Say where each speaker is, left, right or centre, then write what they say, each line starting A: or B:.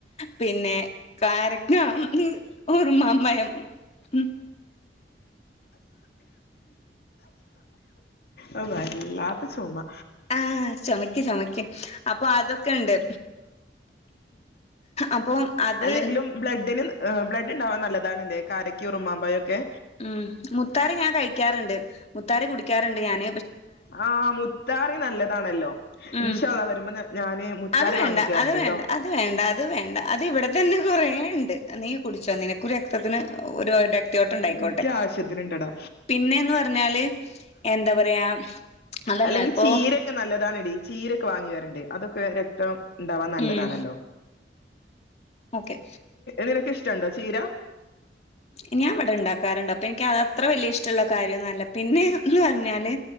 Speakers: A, on the left (about 40°); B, on the left (about 60°).
A: പിന്നെ കാരക്ക ഉറുമാമ്പയം ഉ
B: ഓ വല്ലാത്ത ചുമ
A: ആ ചൊമക്ക് ചൊമക്ക് അപ്പൊ അതൊക്കെ ഉണ്ട് അപ്പം അത്
B: അല്ലെങ്കിലും ബ്ലഡിന് ബ്ലഡ്ഡ് ഉണ്ടാവാൻ നല്ലതാണ്ണല്ലേ കാരക്ക ഉറുമാമ്പാ ഴൊക്കെ
A: ഉം മുത്താറി ഞാൻ കഴിക്കാറുണ്ട് മുത്താറി കുടി ക്കാറ്ണ്ട് ഞൻ
B: ആഹ മുത്താറി നല്ലതാണല്ലോ
A: ഉം
B: ഇൻഷള്ള വരുമ്പോ ഞാന് മുത്താറി
A: അത് വേണ്ട
B: വാങ്ങിട്ട് വരണ്ട്ട്ടോ
A: അത് വേണ്ട അത് വേണ്ട അത് വേണ്ട അത് ഇവിടെ തന്നെ കൊറേണ്ട് നീ കുടിച്ചോ നിനക്കുരക്തത്തിന് ഒരു രക്തയോട്ട ഉണ്ടായിക്കോട്ടെ
B: എനിക്ക് ആവശ്യത്തിനുണ്ടടാ
A: പിന്നേന്ന് പറഞ്ഞാല് എന്താ പറയാ അതല്ല
B: അല്ലെങ്കിൽ
A: ഇപ്പൊ
B: ചീരൊക്കെ നല്ലതാണടി ചീരക്കെ വാങ്ങി വരണ്ട് അതൊക്കെ രക് ട്ടം ണ്ടാവാൻ നല്ലതാണല്ലോ
A: ഉം ഓക്കെ
B: നിനക്ക് ഇഷ്ടുണ്ടോ ചീര
A: ഇനി അവിടെ ഉണ്ടാക്കാറുണ്ട് അപ്പൊ എനിക്ക് അത് അത്ര വലിയ ഇഷ്ടമുള്ള കാര്യാന്നല്ല പിന്നെന്ന് പറഞ്ഞാല്